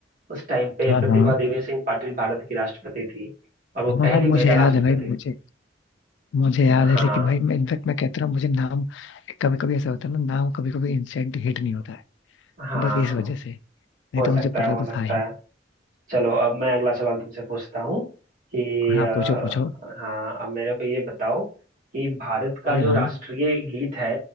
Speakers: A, on the right; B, on the left.
A: उस टाइम पे
B: हाँ
A: प्रतिभा
B: हाँ
A: देवी सिंह पाटिल भारत की राष्ट्रपति थी और वो पहली
B: हाँ हाँ मुझे
A: महिला
B: याद
A: राष्ट्रपति
B: है भाई मुझे मुझे याद
A: हाँ
B: है लेकिन भाई मैं इनफेक्ट मैं कहता हूँ मुझे नाम कभी कभी ऐसा होता है ना नाम कभी कभी इंस्टेंट हिट नहीं होता है
A: हाँ
B: बस इस वजह से नहीं
A: हो
B: तो
A: सकता
B: मुझे पता
A: है हो
B: तो
A: सकता
B: था ही
A: है चलो अब मैं अगला सवाल तुमसे पूछता हूँ कि
B: हाँ
A: अ,
B: पूछो पूछो
A: हाँ अब मेरे को ये बताओ कि भारत का
B: अरे
A: जो
B: हाँ
A: राष्ट्रीय गीत है